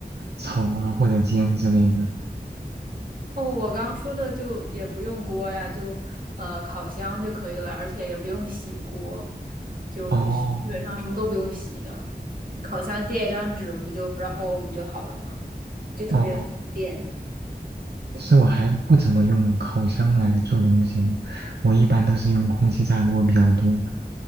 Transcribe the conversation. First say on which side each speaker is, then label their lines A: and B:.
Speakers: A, on the right; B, on the right.
A: 炒啊或者煎之类的。
B: 哦，我刚刚说的就也不用锅呀，就呃烤箱就可以了，而且也不用洗锅，就是基本上什么都不用洗的。
A: 哦
B: 你烤箱垫一张纸不就，然后不就好了嘛，就特别方便。
A: 哦，其实我还不怎么用烤箱来做东西呢，我一般都是用空气炸锅比较多。